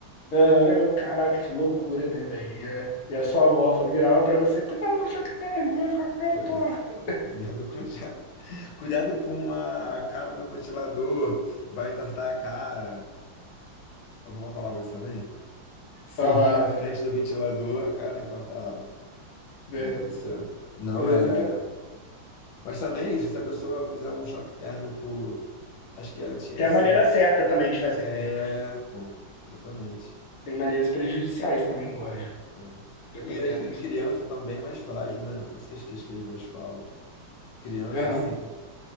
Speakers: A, on the left (about 60°); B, on the left (about 85°).
A: Aham, eu, caraca, que loucura, né, velho? E, a- e a sua avó fa- virava pra você, cuidado com o choque térmico, vai ficar com a cara
B: Cuidado,
A: torta.
B: <laughs> cuidado com, já- cuidado com a cara no ventilador, vai entortar a cara. Eu não vou falar isso também. Se
A: Falava,
B: rir na frente
A: cara.
B: do ventilador, a cara entortava.
A: né?
B: Meu Deus do céu. Não
A: Mas é
B: é.
A: muita...
B: Mas também é isso, se a pessoa fizer um choque térmico. Acho que ela tinha
A: Tem
B: esse.
A: a maneira certa também de fazer,
B: É,
A: né? Porque
B: pô, exatamente.
A: tem maneiras prejudiciais também, lógico.
B: É.
A: Dependendo
B: E, a- e
A: que...
B: criança também é mais frágil, né? Por isso que as, que as, que as vozes falam. Criança,
A: Aham.
B: assim. com-